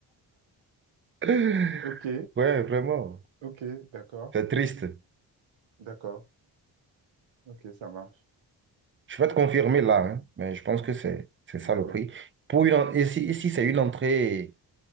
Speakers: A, on the right; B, on the right.
A: <laughs>
B: Ok,
A: Ouais, vraiment,
B: ok, d'accord,
A: c'est triste.
B: d'accord. Ok, ça marche.
A: Je vais te confirmer là, hein, mais je pense que c'est, c'est ça
B: D'accord.
A: le prix. Pour une, en- ici, ici c'est une entrée,